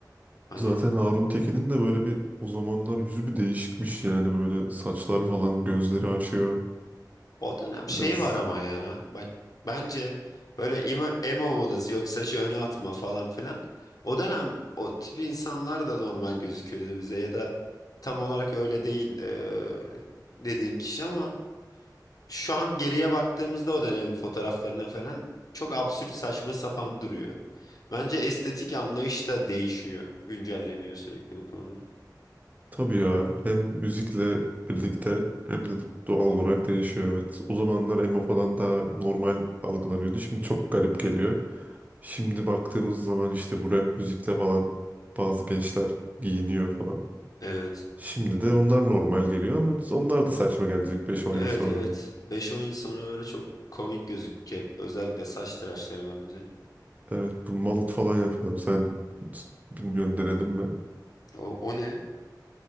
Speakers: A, on the left; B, on the right.
A: Hani
B: Zaten Harun Tekin'in de böyle bir o zamanlar yüzü bir değişikmiş yani böyle saçlar falan gözleri açıyor.
A: O dönem şeyi
B: Biraz
A: var ama ya. Bak bence böyle emo, emo modası yok saçı öne atma falan filan. O dönem o tip insanlar da normal gözüküyordu bize ya da tam olarak öyle değil eee, dediğin kişi ama şu an geriye baktığımızda o dönemin fotoğraflarına falan çok absürt saçma sapan duruyor. Bence estetik anlayış da değişiyor. Güncelleniyor sürekli bu konuda.
B: tabii ya hem müzikle birlikte hem de doğal olarak değişiyor evet. O zamanlar emo falan daha normal algılanıyordu. Şimdi çok garip geliyor. Şimdi baktığımız zaman işte bu rap müzikle falan bazı gençler giyiniyor falan.
A: Evet.
B: Şimdi de onlar normal geliyor ama onlar da saçma gelecek beş 10
A: Evet
B: yıl sonra.
A: evet. beş on yıl sonra böyle çok komik gözükecek. Özellikle saç tıraşları bence.
B: Evet bu malut falan yapıyorlar. Sen bilmiyorum denedin mi?
A: O, o ne?